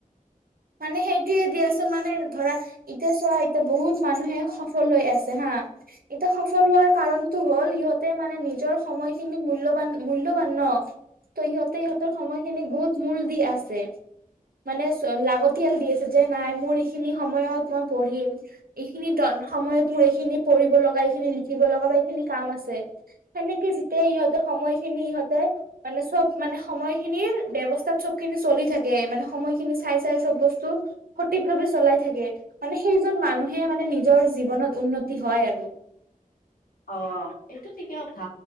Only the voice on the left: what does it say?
অ এইটো থিকেই কথা